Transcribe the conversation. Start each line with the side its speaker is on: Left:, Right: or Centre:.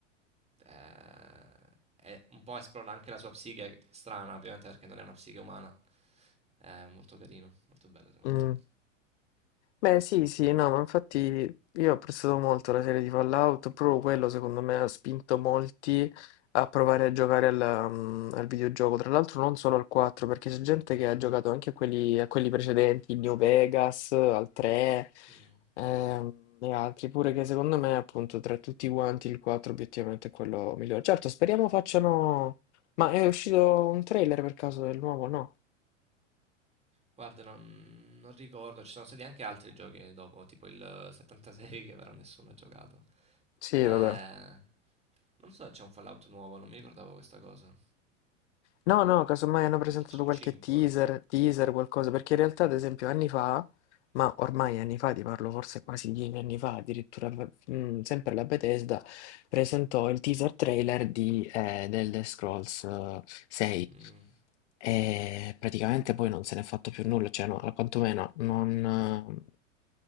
Right: eh, è un po' esplora anche la sua psiche, strana ovviamente perché non è una psiche umana. È molto carino, molto bello secondo
Left: Mm. Beh, sì, sì, no, ma infatti io ho apprezzato molto la serie di Fallout, proprio quello secondo me ha spinto molti a provare a giocare al, mm, al videogioco, tra l'altro non solo al 4, perché c'è gente che ha giocato anche a quelli, a quelli precedenti, il New Vegas, al 3
Right: me. Mm.
Left: ehm, e altri, pure che secondo me appunto tra tutti quanti il 4 obiettivamente è quello migliore. Certo, speriamo facciano... Ma è uscito un trailer per caso del nuovo? No?
Right: Guarda, non, non ricordo, ci sono stati anche altri giochi dopo, tipo il 76 che però nessuno ha giocato.
Left: Sì,
Right: Eh,
Left: vabbè.
Right: non so, c'è un Fallout nuovo, non mi ricordavo questa cosa.
Left: No, no, casomai hanno presentato
Right: Il, c-
Left: qualche
Right: un 5.
Left: teaser, teaser, qualcosa, perché in realtà, ad esempio, anni fa, ma ormai anni fa, ti parlo forse quasi dieci anni fa, addirittura, v- mm, sempre la Bethesda presentò il teaser trailer di, eh, The Elder Scrolls eh, 6
Right: Mm,
Left: e praticamente poi non se n'è fatto più nulla, cioè, no, quantomeno non, eh,